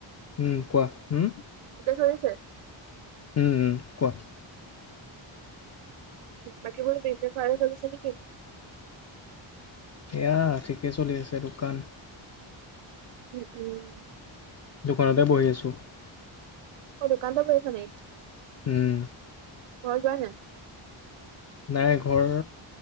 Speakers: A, on the left; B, on the right.
A: উম কোৱা উম
B: চলছে
A: উম কোৱা
B: বাকি বোৰ বিজনেছ ভালে চলিছে নে কি
A: এয়া ঠিকে চলি আছে দোকান
B: উম, উম।
A: দোকানতে বহি আছোঁ।
B: অহ দোকানটে বহি আছা নেকি,
A: উম
B: ঘৰ যোৱাই নাই
A: নাই ঘৰ,